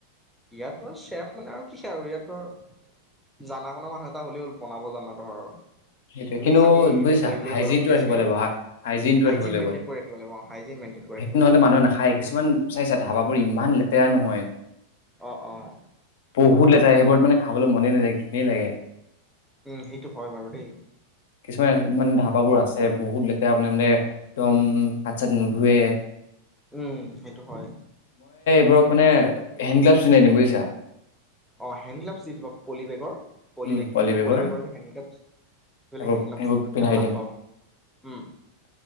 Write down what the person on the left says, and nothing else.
সেইটোৱে
কিন্তু
বুজিছা
হাইজিনটো
ৰাখিব লাগিব হা হাইজিনটো
ৰাখিব লাগিব
সেইটো ন'হলে
মানুহে নাখায় কিছুমান চাইছা ধাবা বোৰ ইমান লেত তেৰা নহয়,
বহুত লেতেৰা সেইবোৰত মানে খাবলৈ মনে নাযায়। ঘিনেই লাগে।
কিছুমান মানে ধাবাবোৰ আছে বহুত লেতেৰা মানে একদম হাত চাত নুধুৱে।
<unintelligible> মানে হেণ্ড গ্লাভছ পিন্ধাই দিম বুজিছা।
উম পলি
বেগৰ
এইবোৰ
এইবোৰ
পিন্ধাই
দিম